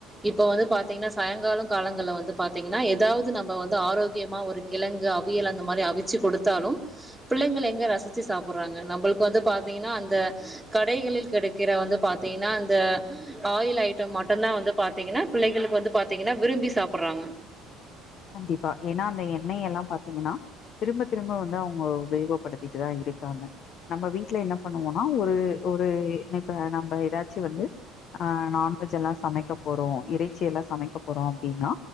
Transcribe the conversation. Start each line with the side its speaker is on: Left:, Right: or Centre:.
Centre: இப்போ வந்து பாத்தீங்ன்னா சாயங்காலொ காலங்கல வந்து பாத்தீங்ன்னா ஏதாவது நம்ப வந்து ஆரோக்கியமா ஒரு கிழங்கு அவியல் அந்த மாரி அவிச்சு கொடுத்தாலு பிள்ளைங்கள் எங்க ரசிச்சு சாப்புடுறாங்க நம்பளுக்கு வந்து பாத்தீங்ன்னா அந்த கடைகளில் கிடைக்கிற வந்து பாத்தீங்ன்னா அந்த ஆயில் ஐட்டம் மட்டுதா வந்து பாத்தீங்ன்னா பிள்ளைகளுக்கு வந்து பாத்தீங்ன்னா விரும்பி சாப்பிடுறாங்க
Left: கண்டிப்பா ஏனா அந்த எண்ணெய் எல்லா பாத்தீங்ன்னா திரும்ப திரும்ப வந்து அவங்க உபயோகப்படுத்திட்டுதா இருக்காங்க நம்ப வீட்டுல என்ன பண்ணுவோனா ஒரு ஒரு இப்ப நம்ப ஏதாச்சு வந்து ஆ நான்வெஜ் எல்லா சமைக்க போறோ இறைச்சி எல்லா சமைக்க போறோ அப்டினா